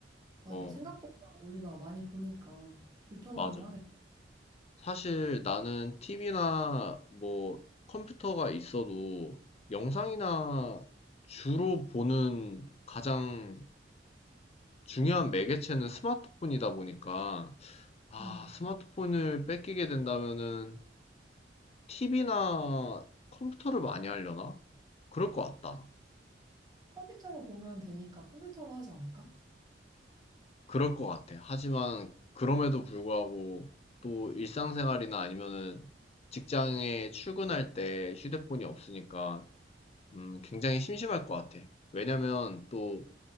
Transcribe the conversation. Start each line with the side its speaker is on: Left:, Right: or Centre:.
Right: 맞아.
Left: 어,
Right: 생각보다 우리가 많이 보니까 불편하긴
Left: 맞아.
Right: 하겠다.
Left: 사실 나는 TV나 뭐 컴퓨터가 있어도 영상이나 주로 보는 가장 중요한 매개체는 스마트폰이다 보니까 아,
Right: 음.
Left: 스마트폰을 뺏기게 된다면은 TV나 컴퓨터를 많이 하려나? 그럴 것 같다.
Right: 컴퓨터로 보면 되니까 컴퓨터로 하지 않을까?
Left: 그럴 것 같아. 하지만 그럼에도 불구하고 또 일상생활이나 아니면은 직장에 출근할 때 휴대폰이 없으니까 음, 굉장히 심심할 것 같아. 왜냐면 또